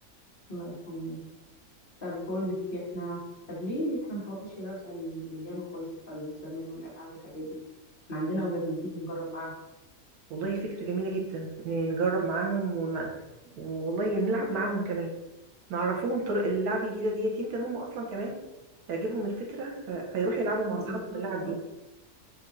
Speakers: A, on the left (about 40°); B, on the right (about 80°).
A: الله يرحمه طب بقول لك إيه، احنا طب ليه احنا ما نحاولش نرجع الايام الكويسه بتاع زمان والالعاب والحاجات دي احنا عندنا اولادنا ما تيجي نجرب معاهم
B: والله فكرة جميلة جدا إن نجرب معاهم ون... والله نلعب معاهم كمان نعرفوهم طرق اللعب الجديدة ديت يمكن هم أصلا كمان تعجبهم الفكرة ف... فيروحوا يلعبوا مع
A: بالظبط
B: أصحابهم اللعب
A: آه.
B: دي